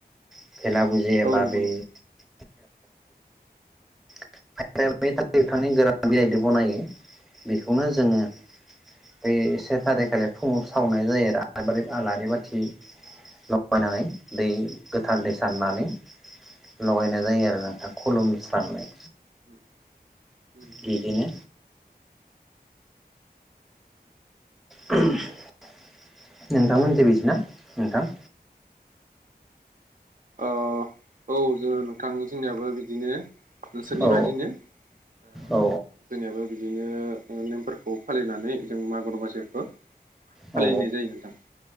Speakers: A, in the centre; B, on the right (about 55°).
A: <unintelligible>
B: औ नंगौ नंगौ
A: <unintelligible> गोरान बिलाइजों बनायो बेखौनो जोङो बै से तारिकखालि फुङाव सावनाय जायो आरो आलारि आलारि बाथि लगायनानै दै गोथार दै सारनानै लगायनाय जायो आरो नोंथां खुलुमस्रानाय।
B: उम अ
A: <inaudible> बिदिनो <unintelligible> नोंथांमोननिथिं बिदि ना नोंथां?
B: अ औ उम नोंथां जोंनियाबो बिदिनो नोंसोरनि
A: औ
B: बादिनो जोंनियाबो
A: औ
B: बिदिनो नेमफोरखौ फालिनानै जों मागो दमासिखौ फालिनाय
A: औ
B: जायो नोंथां